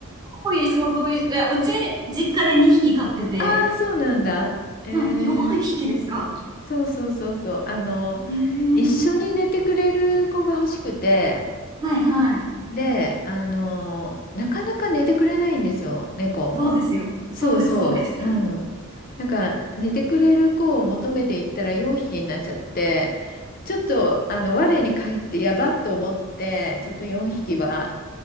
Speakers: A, on the right (about 20°); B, on the left (about 40°).
A: 多ういう想像以上、いや、うち、実家で2匹飼ってて、
B: ああ、そうなんだ。えー、
A: はい、4匹ですか。
B: そうそうそうそう。あの、
A: ねえ。
B: 一緒に寝てくれる子が欲しくて、
A: はい、はい。
B: で、あの、なかなか寝てくれないんですよ、猫も。
A: そうですよ。
B: そうそう、
A: そうです、そうです。<laughs>
B: うん。なんか、寝てくれる子を求めていったら4匹になっちゃって、ちょっと、あの、我に返ってやばっと思って、ちょっと4匹は